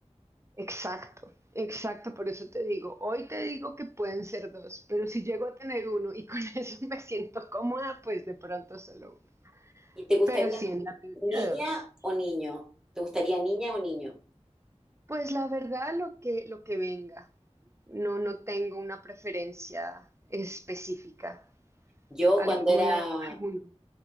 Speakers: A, on the right; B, in the centre.
A: exacto, exacto, por eso te digo, hoy te digo que pueden ser dos, pero si llego a tener uno y con <laughs> eso me siento cómoda, pues de pronto solo uno.
B: ¿Y te gustaría
A: Pero sí, en la teoría
B: niña
A: dos.
B: o niño? ¿Te gustaría niña o niño?
A: Pues la verdad, lo que, lo que venga. No, no tengo una preferencia específica.
B: Yo
A: Alguna,
B: cuando era,
A: alguno.